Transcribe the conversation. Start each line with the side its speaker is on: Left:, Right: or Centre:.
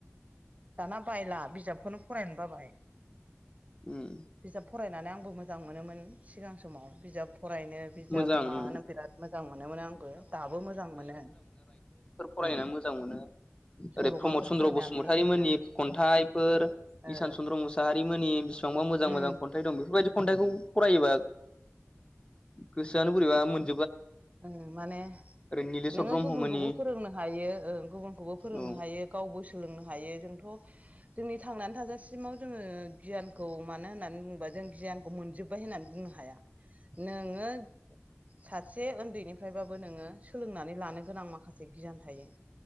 Right: दाना बायला बिजाबखौनो फरायनो बाबाय
Left: उम
Right: बिजाब फरायनानै आंबो मोजां मोनोमोन सिगां समाव बिजाब फरायनो बिजाब
Left: मोजां
Right: माबानो
Left: उम
Right: बिराद मोजां मोनोमोनो आंबो दाबो बिराद मोजां मोनो।
Left: फरायना
Right: ओ
Left: मोजां मोनो
Right: सल'माफोर
Left: ओरै प्रमद चन्द्र
Right: फरायनानै
Left: बसुमतारि मोननि
Right: ओ
Left: खन्थाइफोर
Right: ओ
Left: ईसान चन्द्र मुसाहारि मोननि बिसेबां मोजां-मोजां
Right: उम
Left: खन थाय दं बिफोरबादि खन्थायखौ फरायोबा गोसोआनो बोरैबा मोन-
Right: उ माने
Left: निलेशवर
Right: नोङो
Left: ब्रह्ममोननि
Right: गुबुनखौबो फोरोंनो हायो ओ गुबुनखौबो फोरोंनो
Left: औ
Right: हायो। गावबो सोलोंनो हायो जोंथ' जोंनि थांनानै थाजासिमाव जोङो गियानखौ मानो होननानै बुंबा जों गियान खौ मोनजोबबाय होननानै बुंनो हाया नोङो सासे उन्दैनिफ्रायबाबो नोङो सोलोंनानै लानो गोनां माखासे गियान थायो।